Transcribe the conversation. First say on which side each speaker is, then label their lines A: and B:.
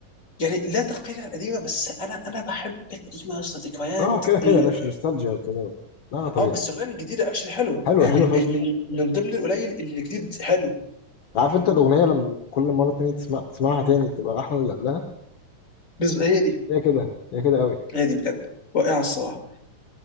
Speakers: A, on the left; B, on the left.
A: يعني لا تقل عن القديمه بس انا انا بحب القديمه يا اسطى ذكريات
B: اه كده كده
A: ال-
B: ماشي نوستالجيا وكده لا طبيعي
A: اه بس الأغنية الجديده اكشلي حلوه
B: حلوة
A: يعني
B: حلوة
A: من
B: فشخ
A: من من من ضمن القليل اللي الجديد حلو
B: عارف انت الأغنية لما كل مرة تاني تسمع تسمعها تاني تبقى أحلى من اللي قبلها
A: بس هي دي
B: هي كده هي كده قوي
A: هي دي بجد رائعه الصراحه